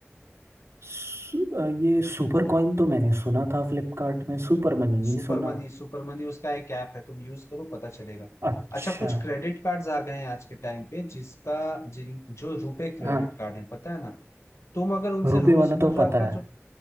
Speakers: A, on the right; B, on the left.
A: सु, अ, ये सुपर कॉइन तो मैंने सुना था फ्लिपकार्ट में सुपर मनी नहीं
B: सुपर
A: सुना
B: मनी सुपर मनी उसका एक ऐप है तुम यूज करो पता चलेगा
A: अच्छा
B: अच्छा कुछ क्रेडिट कार्ड्स आ गए हैं आज के टाइम पे जिसका जिन जो रुपे क्रेडिट
A: हाँ
B: कार्ड है पता है ना तुम अगर उनसे
A: रुपए
B: रोजमर्रा
A: वाला तो पता
B: का
A: है
B: जो